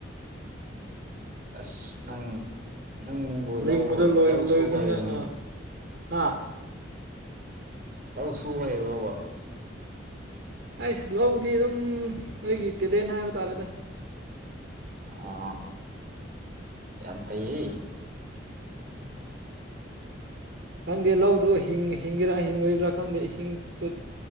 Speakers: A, on the right (about 50°); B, on the right (about 75°).
A: ꯑꯁ ꯅꯪ ꯅꯪꯕꯨ
B: ꯂꯤꯡꯕꯗꯣ
A: ꯂꯧ ꯂꯧ
B: ꯂꯣꯏꯕꯗꯪ
A: ꯁꯨꯕ ꯍꯩꯕ꯭ꯔꯣꯅꯦ
B: ꯑꯥ ꯍꯥ
A: ꯑꯧ ꯁꯨꯕ ꯍꯩꯔꯕꯣꯕ
B: ꯑꯩꯁ ꯂꯧꯗꯤ ꯑꯗꯨꯝ ꯅꯣꯏꯒꯤ ꯇꯦꯂꯦꯟ ꯍꯥꯏꯕ ꯇꯥꯔꯦꯗ
A: ꯑ ꯌꯥꯝ ꯐꯩ
B: ꯎꯝ ꯈꯪꯗꯦ ꯂꯧꯗꯨ ꯍꯤꯡꯒꯦꯔꯥ ꯍꯤꯡꯔꯣꯏꯗ꯭ꯔꯥ ꯈꯪꯗꯦ ꯏꯁꯤꯡ ꯆꯠ